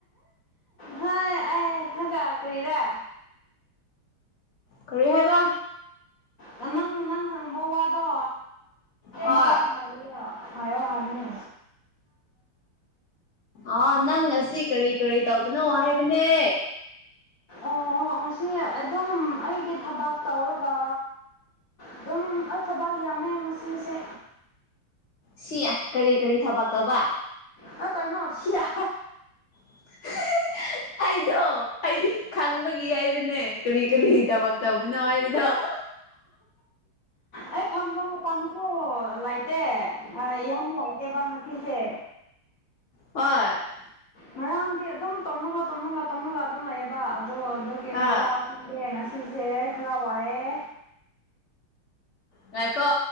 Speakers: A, on the left (about 50°); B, on the left (about 75°).
A: ꯍ ꯑꯦ ꯍꯒꯥ ꯀꯔꯤꯔꯦ
B: ꯈ ꯍꯥꯏꯕ
A: ꯅꯪ ꯅꯪ ꯍꯪꯕ ꯋꯥꯗꯣ
B: ꯍꯣꯏ
A: ꯃꯂ ꯍꯔ ꯍꯥꯏꯣ ꯍꯔꯅꯤ
B: ꯑꯥ ꯅꯪ ꯉꯁꯤ ꯀꯔꯤ ꯀꯔꯤ ꯇꯧꯕꯅꯣ ꯍꯥꯏꯕꯅꯦ
A: ꯑꯣ ꯉꯁꯤ ꯑꯗꯨꯝ ꯑꯩꯒꯤ ꯊꯕꯛ ꯇꯧꯔꯒ ꯑꯗꯨꯝ ꯑꯊꯕꯛ ꯌꯥꯝꯃꯦ ꯉꯁꯤꯁꯦ
B: ꯁꯤꯌꯥ ꯀꯔꯤ ꯀꯔꯤ ꯊꯕꯛ ꯇꯧꯕ
A: ꯑ ꯀꯥꯏꯅ ꯍꯧꯁꯤ ꯌꯥ
B: <unintelligible> ꯑꯩꯗꯣ ꯑꯩꯗꯤ ꯈꯪꯕꯒꯤ ꯍꯥꯏꯕꯅꯦ ꯛꯔ꯭ꯤ ꯀꯔ꯭ꯤ ꯊꯕꯛ ꯇꯧꯕꯅꯣ ꯍꯥꯏꯕꯗꯣ <inaudible>
A: ꯑꯩ ꯐꯝꯝꯕ ꯃ ꯄ <unintelligible> ꯑꯣ ꯂꯩꯇꯦ ꯑ ꯌꯝꯂꯩꯇꯦꯕꯥ ꯉꯁꯤ ꯁꯦ
B: ꯍ <unintelligible>
A: ꯉꯔꯥꯡꯗꯤ ꯑꯗꯨꯝ ꯇꯨꯝꯃꯒ ꯇꯨꯝꯃꯒ ꯇꯨꯝꯃꯒ ꯑꯗꯨꯝ ꯂꯩꯌꯦꯕꯥ ꯑꯗꯣ ꯑꯗꯨ ꯌꯦꯡꯕꯖꯥ
B: ꯑꯥ
A: ꯈꯪꯗꯦ ꯉꯁꯤ ꯆꯦꯁ ꯈꯔꯋꯥꯌꯦ
B: ꯉꯥꯏꯈꯣ